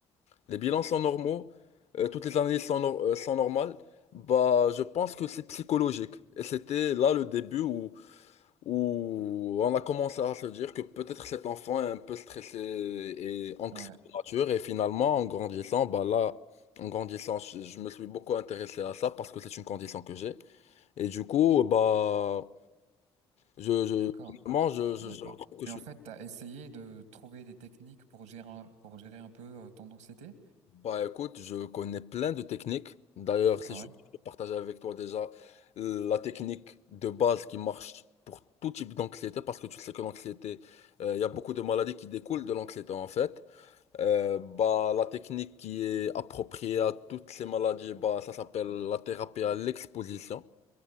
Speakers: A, on the left; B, on the right.
A: les bilans sont normaux, euh, toutes les analyses sont, nor- euh, sont normales. Bah, je pense que c'est psychologique. Et c'était là le début où, où on a commencé à se dire que peut-être cet enfant est un peu stressé et anxieux
B: Ouais,
A: de nature. Et finalement, en grandissant, bah là, en grandissant, je, je me suis beaucoup intéressé à ça parce que c'est une condition que j'ai. Et du coup, bah, je, je,
B: d'accord,
A: finalement, je, je
B: d'accord.
A: je trouve que
B: Mais
A: je
B: en
A: suis
B: fait, t'as essayé de trouver des techniques pour gérer un, pour gérer un peu euh, ton anxiété?
A: Bah écoute, je connais plein de techniques. D'ailleurs, si
B: Ah
A: je
B: ouais?
A: peux partager avec toi déjà la technique de base qui marche pour tout type d'anxiété, parce que tu sais que l'anxiété, euh, il y a beaucoup de maladies qui découlent de l'anxiété en fait. Euh, bah, la technique qui est appropriée à toutes ces maladies, bah, ça s'appelle la thérapie à l'exposition.